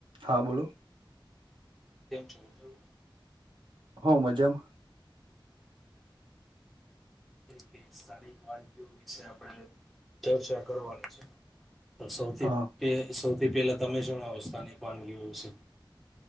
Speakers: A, on the right; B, in the centre.
A: હા બોલો
B: તેમ <unintelligible>
A: હો મજામાં
B: કે સ્થાનિક વાનગીઓ વિશે આપણે ચર્ચા કરવાની છે તો સૌથી
A: હા
B: પે સૌથી થી પેલા તમે શણ અવસ્થાની વાનગી હોવું છે.